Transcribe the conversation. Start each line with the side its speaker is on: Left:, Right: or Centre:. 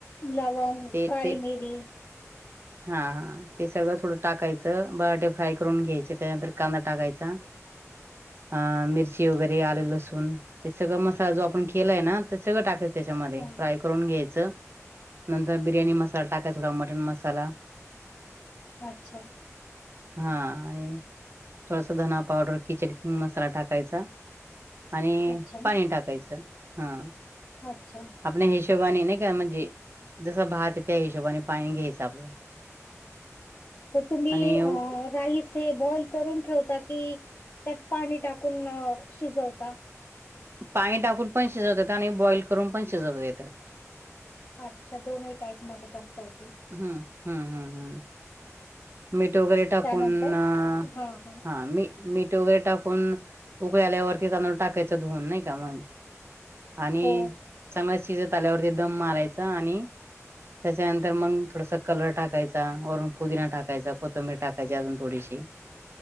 Left: लवंग
Right: ते
Left: काळी
Right: ते
Left: मिेरी
Right: हा हा ते सगळं थोडं टाकायचं बराटे फ्राय करून घ्यायचे त्याच्यानंतर कांदा टाकायचा अ मिरची वगैरे आले लसूण ते सगळं मसाला जो आपण केलाय ना ते सगळं टाक त्याच्यामध्ये
Left: हां
Right: फ्राय करून घ्यायचं नंतर बिर्याणी मसाला टाकायचा मटन मसाला
Left: अच्छा
Right: हा आणि थोडासा धना पावडर किचड किंग मसाला टाकायचा आणि
Left: अच्छा,
Right: पाणी टाकायचं हा
Left: अच्छा
Right: आपल्या हिशोबाने नाही का म्हणजे जसं भात आहे त्या हिशोबाने पाणी घ्यायचं आपलं
Left: तर तुम्ही
Right: आणि
Left: राईस ते बॉईल करून ठेवता की त्यात पाणी टाकून शिजवता
Right: पाणी टाकून पण शिजवत देत आणि बॉईल करून पण शिजवत येत
Left: अच्छा दोनही टाईप मध्ये करता येत
Right: हम्म हम् हम् हम् मी ते वगैरे टाकून
Left: त्यानंतर?
Right: हा
Left: हां, हां.
Right: मी मीठ वगैरे टाकून उकळी आल्यावरती त्यां टाकायचं धुवून नाही का मग आणि
Left: हो.
Right: चांगला शिजत आल्यावरती दम मारायचा आणि त्याच्यानंतर मग थोडासा कलर टाकायचा वरून पुदिना टाकाय टाकायचा कोथंबर टाकायची अजून थोडीशी